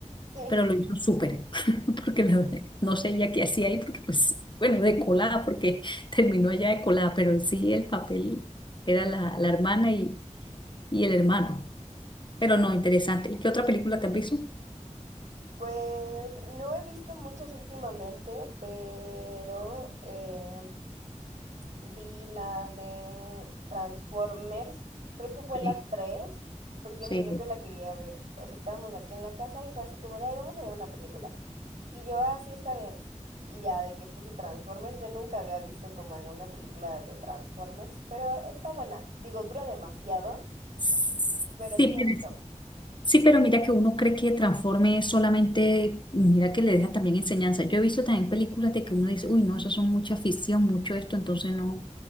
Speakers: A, on the right; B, on the left.
A: Sí,
B: pero lo hizo súper, <laughs> porque la verdad, no sé ella qué hacía ahí, porque pues, bueno, de colada, porque <laughs> terminó allá de colada, pero en sí el papel era la, la hermana y, y el hermano, pero no, interesante. ¿Y qué otra película te has visto?
A: pues no he visto muchas últimamente, pero em, Vi la de Transformers, creo que fue
B: Sí,
A: la 3 porque
B: sí,
A: mi novio la quería ver. O sea, estábamos aquí en la casa y fue así como de, ay, vamos a ver una película. Y yo, así está bien. Y ya de que puso Transformers, yo nunca había visto como alguna película de Transformers, pero está buena. Digo, dura demasiado,
B: sí.
A: pero sí me
B: Sí,
A: gustó.
B: Sí, pero mira que uno cree que transforme solamente, mira que le deja también enseñanza. Yo he visto también películas de que uno dice, uy, no, eso son mucha ficción, mucho esto, entonces no,